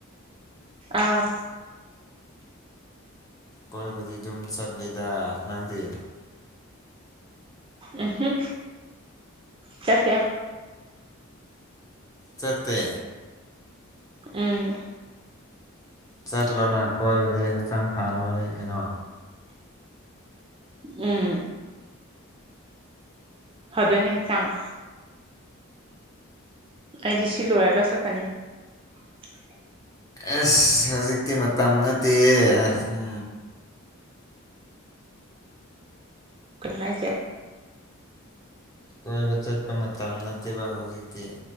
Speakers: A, on the right (about 25°); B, on the left (about 15°).
A: ꯑꯥ
B: ꯀꯣꯏꯕꯗꯤ ꯑꯗꯨꯝ ꯆꯠꯂꯤꯗ ꯅꯪꯗꯤ
A: ꯎꯝ ꯍꯝ ꯆꯇ
B: ꯆꯠꯇꯦ
A: ꯎꯝ
B: ꯆꯠꯂꯣꯅ ꯀꯣꯏꯕꯗꯤ ꯍꯛꯆꯥꯡ ꯐꯅꯕꯅꯤ ꯀꯩꯅꯣ
A: ꯎꯝ ꯍꯗꯣꯅꯦꯁꯥꯡ ꯑꯩꯗꯤ ꯁꯤꯂꯣꯒꯥꯁ ꯈꯅꯤ <unintelligible>
B: ꯑꯦꯁ ꯍꯧꯖꯤꯛꯇꯤ ꯃꯇꯝ ꯅꯠꯇꯦ ꯎ
A: ꯀꯩꯅ ꯍꯥꯏꯁꯦ
B: ꯀꯣꯏꯕ ꯆꯠꯄ ꯃꯇꯝ ꯅꯠꯇꯦꯕ ꯍꯧꯖꯤꯛꯇꯤ